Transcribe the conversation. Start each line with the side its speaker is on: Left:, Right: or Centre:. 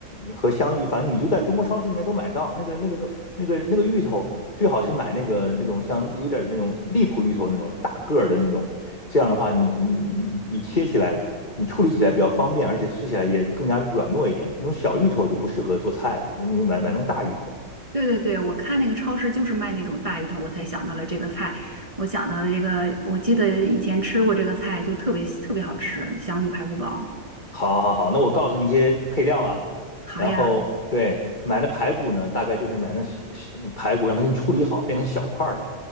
Left: 和香芋，反正你就在中国超市应该都买到。那个、那个、那个、那个芋头，最好是买那个那种像有点那种荔浦芋头那种大个儿的那种。这样的话你，你你你切起来，你处理起来比较方便，而且吃起来也更加软糯一点。那种小芋头就不适合做菜了，就那种买买那种大芋头。
Right: 对对对，我看那个超市就是卖那种大鱼头，我才想到了这个菜。我想到了这个，我记得以前吃过这个菜，就特别特别好吃，香芋排骨煲。
Left: 好，好，好，那我告诉你一些配料啊，
Right: 好呀，
Left: 然后对，买的排骨呢，大概就是买那小小嗯排骨，让它给你处理好，变成小块儿的。